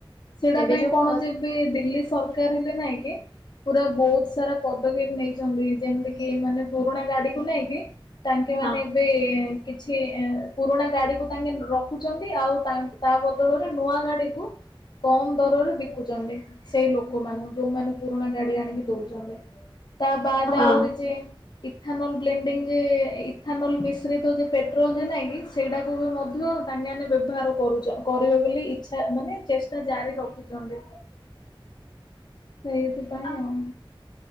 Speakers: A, on the left; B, on the left.
A: ସେଇଟା
B: ଏବେ
A: ପାଇଁ
B: ଯୋଉ
A: କଣ
B: ଖରା
A: ଯେବେ ଦିଲ୍ଲୀ ସରକାରୀ ହେଲେ ନହିଁ କେ ପୁରା ବହୁତ ସାରା ପଦକ୍ଷେପ ନେଇଛନ୍ତି ଯେମିତି କି ମାନେ ପୁରୁଣା ଗାଡିକୁ ନେଇଁ କି ତାଙ୍କେ ମାନେ
B: ହଁ
A: ଏବେ କିଛି ପୁରୁଣା ଗାଡିକୁ ତାଙ୍କେ ରଖୁଛନ୍ତି ଆଉ ତା ତା ବଦଳରେ ନୂଆ ଗାଡିକୁୁ କମ ଦରରେ ବିକୁଛନ୍ତି ସେଇ ଲୋକ ମାନଙ୍କୁ ଯୋଉଁମାନେ ପୁରୁଣା ଗାଡି ଆଣିକି ଦଉଛନ୍ତି। ତା ବାଦ
B: ହଁ
A: ଆହୁରି ଯେ ଇଥାନଲ ବ୍ଲେଡିଙ୍ଗ ଯେ ଇଥାନଲ ମିଶ୍ରିତ ଯେ ପେଟ୍ରୋଲ ଯେ ନାଇଁ କି ସେଇଟାକୁ ବି ମଧ୍ୟ ତାଙ୍କେ ମାନେ ବ୍ୟବହାର କରୁ କରିବେ ବୋଲି ଇଚ୍ଛା ମାନେ ଚେଷ୍ଟା ଜାରି ରଖିଛନ୍ତି। ସେଇଥି ପାଇଁ
B: ଆ
A: ଆଉ।